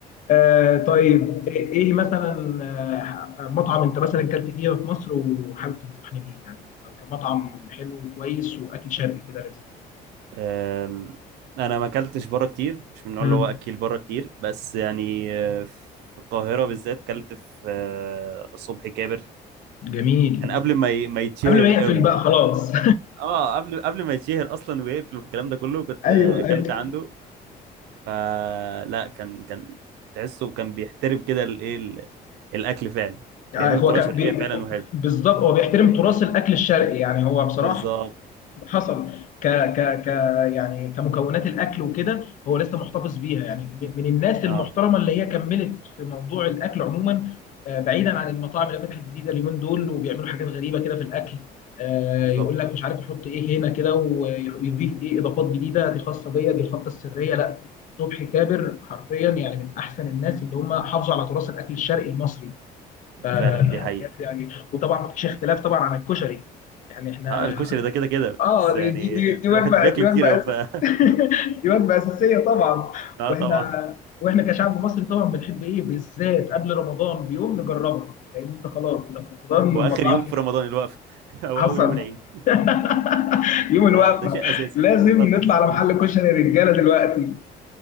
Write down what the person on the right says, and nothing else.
أم، انا ما اكلتش بره كتير مش من النوع
اللي هو اكيل بره كتير بس يعني آه، في القاهره بالذات اكلت في آه، صبحي كابر
كان قبل ما ي- ما يتشهر
قوي
يعني
اه قبل قبل ما يتشهر اصلا ويقفل والكلام ده كله كنت
آه، اكلت
عنده فلا كان كان تحسه كان بيحترم كده الايه ال- الاكل فعلا
بيعمله
بطريقه
شرقيه
فعلا وحلو
بالظبط
اه
بالظبط
فعلا دي حقيقه
اه الكشري ده كده كده
بس يعني
الواحد بياكله
كتير قوي
ف <laughs>
اه
طبعا
واخر
يوم في رمضان الوقفه <laughs> او
اول يوم العيد
ده
ده شيء اساسي
مقدس